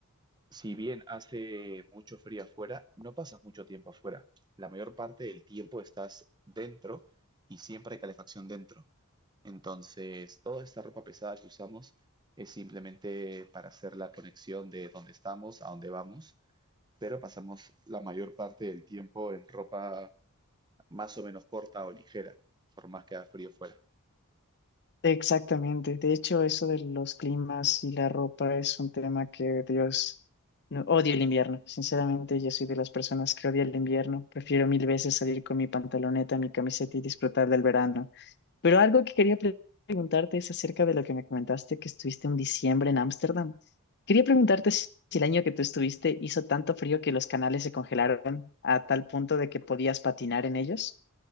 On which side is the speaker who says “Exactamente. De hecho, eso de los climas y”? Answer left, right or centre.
Left